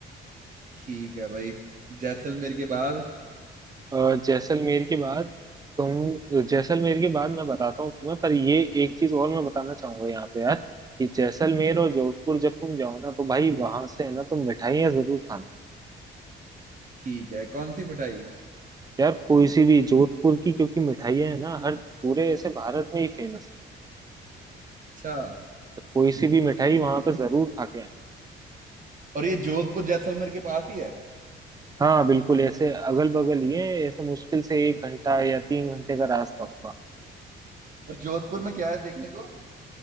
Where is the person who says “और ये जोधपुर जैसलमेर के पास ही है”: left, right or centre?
Right